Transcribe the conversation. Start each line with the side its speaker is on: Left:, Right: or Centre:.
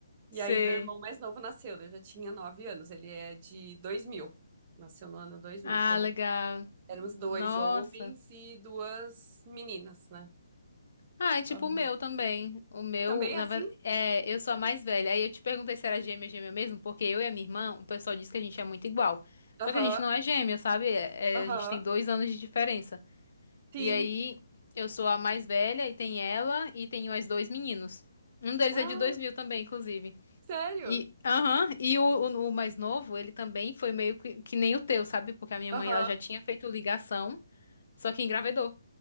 Right: E
Left: Sei.
Right: aí meu irmão mais novo nasceu, eu já tinha 9 anos. Ele é de 2000, Nasceu no ano dois mil.
Left: Ah,
Right: então.
Left: legal.
Right: Éramos dois
Left: Nossa.
Right: homens e duas meninas, né?
Left: Ah, é tipo
Right: Aham.
Left: o meu também. O meu,
Right: Também
Left: na
Right: é assim?
Left: verdade, é, eu sou a mais velha. Aí eu te perguntei se era gêmea, gêmea mesmo, porque eu e a minha irmã, o pessoal diz que a gente é muito igual.
Right: Aham,
Left: Só que a gente não é gêmea, sabe? É-
Right: aham,
Left: é, a gente tem dois anos de diferença.
Right: sim.
Left: E aí, eu sou a mais velha e tem ela e tem mais dois meninos. Um deles
Right: Ah,
Left: é de 2000 também, inclusive.
Right: sério?
Left: E, aham, e o, o, o mais novo, ele também foi meio que, que nem o teu, sabe? Porque a minha
Right: Aham.
Left: mãe, ela já tinha feito ligação, só que engravidou.